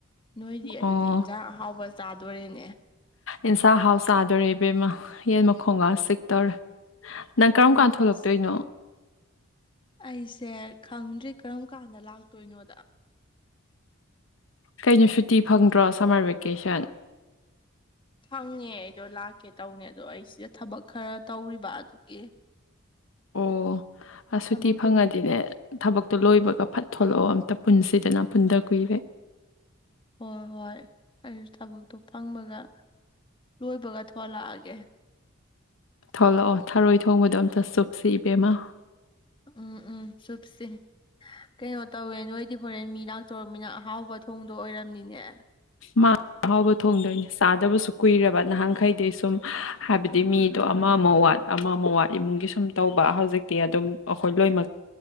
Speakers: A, on the left; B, on the left.
A: ꯅꯣꯏꯗꯤ ꯑꯗꯨꯗꯤ
B: ꯑꯣ
A: ꯏꯟꯖꯥꯡ ꯑꯍꯥꯎꯕ ꯆꯥꯗꯣꯔꯦꯅꯦ
B: ꯏꯟꯁꯥ ꯍꯥꯎ ꯆꯥꯗꯣꯔꯦ ꯏꯕꯦꯝꯃ ꯌꯦꯟ ꯃꯈꯣꯡꯒ ꯆꯤꯛꯇꯧꯔꯦ ꯅꯪ
A: ꯎꯝ
B: ꯀꯔꯝ ꯀꯥꯟ ꯊꯣꯛꯂꯛꯇꯣꯏꯅꯣ
A: ꯑꯁ ꯑꯩꯁꯦ ꯈꯪꯗ꯭ꯔꯤ ꯀꯔꯝ ꯀꯥꯟꯗ ꯂꯥꯛꯇꯣꯏꯅꯣꯗ
B: ꯀꯩꯅꯣ ꯁꯨꯇꯤ ꯐꯪꯗ꯭ꯔꯣ ꯁꯝꯃꯔ ꯚꯦꯀꯦꯁꯟ
A: ꯐꯪꯉꯦ ꯑꯩꯗꯣ ꯂꯥꯛꯀꯦ ꯇꯧꯅꯦ ꯑꯗꯣ ꯑꯩ ꯁꯤꯗ ꯊꯕꯛ ꯈꯔ ꯇꯧꯔꯤꯕ ꯑꯗꯨꯒꯤ
B: ꯑꯣ ꯑ ꯁꯨꯇꯤ
A: ꯊꯕꯛꯇꯣ
B: ꯐꯪꯉꯗꯤꯅꯦ
A: ꯂꯣꯏ
B: ꯊꯕꯛꯇꯣ ꯂꯣꯏꯕꯒ ꯐꯠ ꯊꯣꯛꯂꯣꯛꯑꯣ ꯑꯝꯇ ꯄꯨꯟꯁꯤꯗꯅ ꯄꯨꯟꯗ ꯀꯨꯏꯔꯦ
A: ꯍꯣꯏ ꯍꯣꯏ ꯑꯩꯁꯨ ꯊꯕꯛꯇꯣ ꯐꯪꯕꯒ ꯂꯣꯏꯕꯒ ꯊꯣꯛꯂꯛꯑꯒꯦ
B: ꯊꯣꯛꯂꯣꯛꯑꯣ ꯊꯔꯣꯏ ꯊꯣꯡꯕꯗꯣ ꯑꯝꯇ ꯆꯨꯞꯁꯤ ꯏꯕꯦꯝꯃ
A: ꯎꯝ ꯎꯝ ꯆꯨꯞꯁꯤ ꯀꯩꯅꯣ ꯇꯧꯋꯦ ꯅꯣꯏ__ ꯗꯤ ꯍꯣꯔꯦꯟ ꯃꯤ ꯂꯥꯛꯇꯣꯔꯝꯃꯤꯅ ꯑꯍꯥꯎꯕ ꯊꯣꯡꯗꯣ ꯑꯣꯏꯔꯝꯅꯤꯅꯦ
B: ꯃꯥ ꯑꯍꯥꯎꯕ ꯊꯣꯡꯗꯣꯏꯅꯤ ꯆꯥꯗꯕꯁꯨ ꯀꯨꯏꯔꯕ ꯅꯍꯥꯟꯈꯩꯗꯤ ꯁꯨꯝ ꯍꯥꯏꯕꯗꯤ ꯃꯤꯗꯣ ꯑꯃꯑꯃꯨꯛ ꯋꯥꯠ ꯑꯃꯃꯨꯛ ꯋꯥꯠ ꯏꯃꯨꯡꯒꯤ ꯁꯨꯝ ꯇꯧꯕ ꯍꯧꯖꯤꯛꯇꯤ ꯑꯗꯨꯝ ꯑꯈꯣꯏ ꯂꯣꯏꯃꯛ